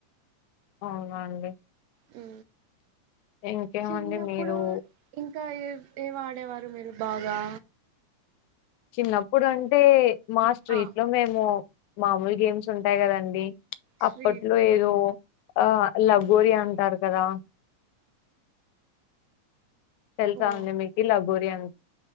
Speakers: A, on the left (about 80°); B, on the right (about 75°).
A: అవునండి
B: హు
A: ఇంకేమండి
B: చిన్నప్పుడు
A: మీరు
B: ఇంకా ఏ ఏ వాడేవారు మీరు బాగా
A: చిన్నప్పుడు అంటే మా స్ట్రీట్
B: ఆ
A: లో మేము మామూలు గేమ్స్ ఉంటాయి కదండి
B: శ్రీ
A: అప్పట్లో ఏదో ఆ లగోరి అంటారు కదా తెలుసా
B: ఓ
A: అండి మీకి లగోరి ఆ <inaudible>